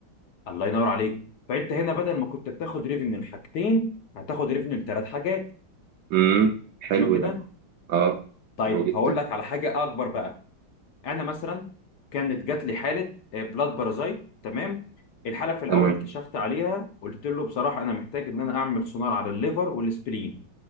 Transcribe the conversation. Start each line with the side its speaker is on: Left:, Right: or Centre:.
Left: الله ينور عليك فانت هنا بدل ما كنت بتاخد ريفينيو لحاجتين هتاخد ريفينيو لثلاث حاجات
Right: امم حلو
Left: حلو كده
Right: ده اه
Left: طيب
Right: حلو جدا
Left: هقول لك على حاجه اكبر بقى انا مثلا كانت جات لي حاله بلاد بارازايت تمام الحاله في الاول
Right: تمام
Left: كشفت عليها قلت له بصراحه انا محتاج ان انا اعمل سونار على الليفر والسبلين